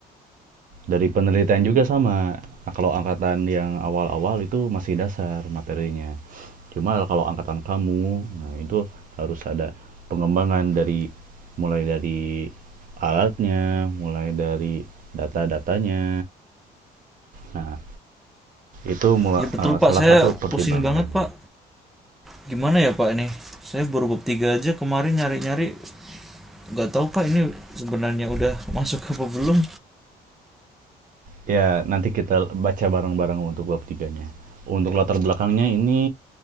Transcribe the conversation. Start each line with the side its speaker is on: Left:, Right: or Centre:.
Right: dari penelitian juga sama Nah, kalau angkatan yang awal-awal itu masih dasar materinya cuma kalau angkatan kamu nah itu harus ada pengembangan dari mulai dari alatnya mulai dari data-datanya nah itu mula-
Centre: Ya betul
Right: eh,
Centre: Pak,
Right: salah
Centre: saya
Right: satu pertimbangan
Centre: pusing banget Pak. Gimana ya Pak ini? Saya baru bab 3 aja kemarin nyari-nyari nggak tahu Pak ini sebenarnya udah <laughs> masuk apa belum.
Right: Ya, nanti kita baca bareng-bareng untuk bab tiganya. Untuk latar belakangnya ini